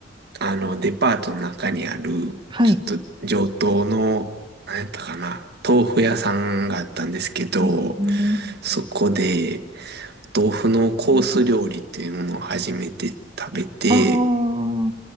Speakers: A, on the right; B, on the right.
A: あの、デパートの中にある、
B: はい。
A: ちょっと上等の、何やったかな、豆腐屋さんがあったんですけど、
B: えー、
A: そこで、豆腐のコース料理っていうものを初めて食べて、
B: ああ、